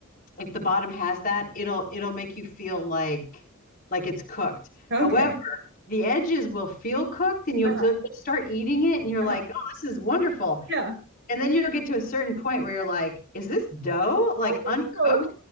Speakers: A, on the left; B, on the right.
A: if the bottom has that, it'll it'll make you feel like like it's cooked.
B: Okay.
A: However, the edges will feel cooked and you
B: Uh-huh.
A: so start eating it and you're
B: uh-huh.
A: like, "Oh, this is wonderful."
B: Yeah.
A: And then you'll get to a certain point where you're like, "Is this dough like
B: Oh
A: uncooked?"
B: no.